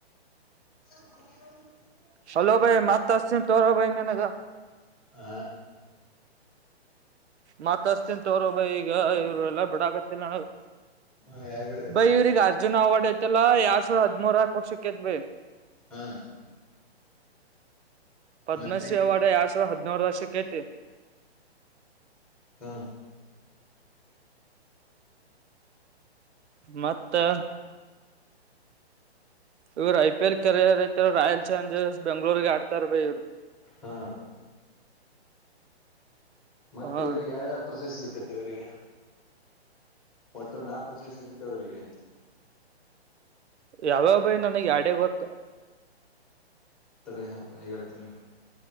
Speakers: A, in the centre; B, on the right.
A: ಹ
B: ಚಲೋ ಭೈ ಮತ್ತ ಹಸಿನ್ ತೋರ ಭೈ ನೀನಗ.
A: ಹ
B: ಮಾತ್ ಅಸ್ತನ್ ತ ಅವ್ರೊಬ್ಬ ಈಗ ಇವರು ಎಲ್ಲಾ ಬಿಡ ಆಗತ್ತಲ್ಲ
A: ಹಾ ಯಾರು ಬಿಡಕತ್ತಿಲ್ಲ
B: ಬೈ ಇವ್ರಗ್ ಅರ್ಜುನ್ ಅವಾರ್ಡ್ ಐತಲ್ಲಾ ಎರಡ್ ಸಾವಿರದ ಹದ್ಮೂರ ವರ್ಷಿಕಿತ್ ಬೈ.
A: ಹ್ಮ
B: ಪದ್ಮಶ್ರೀ
A: ಮತ್ತೆ
B: ಅವಾರ್ಡ್ ಎರಡ್ ಸಾವಿರದ ಹದಿನಾರು ವರ್ಷಕ್ಕೆ ಐತಿ.
A: ಹಾ
B: ಮತ್ತೆ ಇವ್ರು ಐ ಪಿ ಎಲ್ ಕೆರಿಯರ್ ಐತೆ ರಾಯಲ್ ಚಾಲೆಂಜರ್ಸ್ ಬೆಂಗ್ಳೂರಿಗೆ ಆಡ್ತಾರ್ ಭೖ ಇವರು.
A: ಹಾ
B: ಹ್ಮ್
A: ಮತ್ತೆ
B: ಹಾ
A: ಇವ್ರಿಗೆ ಯಾವ್ಯಾವ ಪ್ರಶಸ್ತಿ ಸಿಕ್ಕತಿ ಇವ್ರಿಗೆ. ಒಟ್ಟು ನಾಕ್ ಪ್ರಶಸ್ತಿ ಸಿಗ್ತವರಿಗೆ.
B: ಯಾವ್ಯವು ಭೈ ನನಗ್ ಎರಡೇ ಗೊತ್ತು.
A: ತಡೆಯಪ್ಪ ಹೇಳ್ತೀನೆ